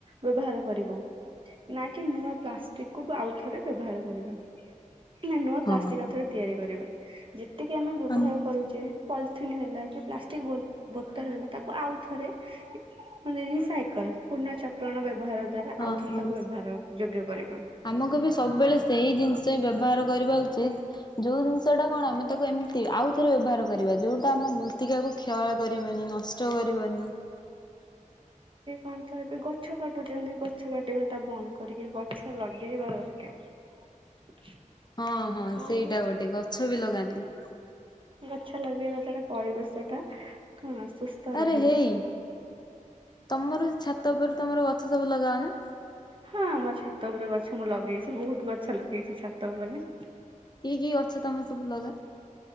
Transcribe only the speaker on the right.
ବ୍ୟବହାର କରିବ ନା କି ନୂଆ ପ୍ଲାଷ୍ଟିକ କୁ ଆଉ ଥରେ ବ୍ୟବହାର କରିବ। ନା ନୂଆ ପ୍ଲାଷ୍ଟିକ୍
ଆ ଥରେ ତିଆରି କରିବା। ଯେ ସେତିକେ ଆମେ ବ୍ୟବହାର
କରୁଚେ ପଲିଥିନ୍ ହେଲା କି ପ୍ଲା କି- ବ- ବ ତାକୁ ଆଉ ଥରେ ମାନେ ରିସାଇକଲ୍ ପୁନଚକ୍ରଣ ବ୍ୟବହାର ଦ୍ଵାରା
ଆଉଥରେ
ତାକୁ ବ୍ୟବହାର ଯୋଗ୍ୟ କରିବା।
ପଣ ତ ଏବେ ଗଛ କାଟୁଛନ୍ତି ଗଛ କାଟିବା ଟା ବନ୍ଦ କରିକି ଗଛ ଲଗେଇବା ଦରକାର।
ଆଉ
ଗଛା ଲାଗେଇବା ଟା ର ପରିବେସ ଟା। ହଁ ସୁସ୍ଥ
ରହିବ।
ହଁ ଆମ ଛାତ ଉପରେ ଗଛ୍ ଗଛ ମୁଁ ଲଗେଇଛି ବହୁତ ଗଛ ଲଗେଇଛି ଛାତ ଉପରେ